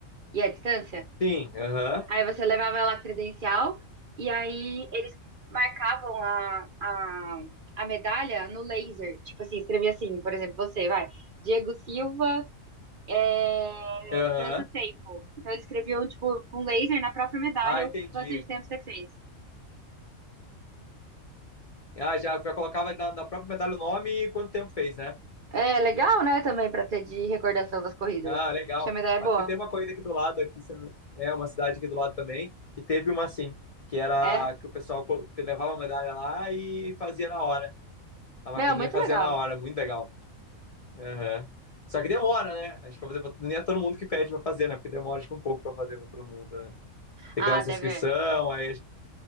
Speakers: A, on the right; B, on the left.
A: e a distância.
B: Sim, aham,
A: Aí você levava lá a credencial e aí eles marcavam a, a, a medalha no laser. Tipo assim, escrevia assim, por exemplo, você vai, Diego Silva. é,
B: aham.
A: tanto tempo. Então eles escreviam, tipo, um laser na própria medalha,
B: Ah, entendi.
A: o quanto de tempo você fez.
B: Ah, já, já colocava na, na própria medalha o nome e quanto tempo fez, né?
A: É legal, né? Também pra ter de recordação das corridas.
B: Ah, legal.
A: Acho que a medalha é
B: Acho
A: boa.
B: que teve uma corrida aqui do lado, aqui se- é uma cidade aqui do lado também, que teve uma assim, que era
A: É.
B: que o pessoal co- levava a medalha lá e fazia na hora. A maquininha
A: Meu, muito
B: fazia
A: legal.
B: na hora, muito legal. Aham. Só que demora, né? Acho que pra fazer, pra- nem é todo mundo que pede pra fazer, né? Porque demora acho que um pouco pra fazer pra todo mundo, né? Tem
A: Ah,
B: que criar nossa
A: deve.
B: inscrição,
A: É,
B: aí acho-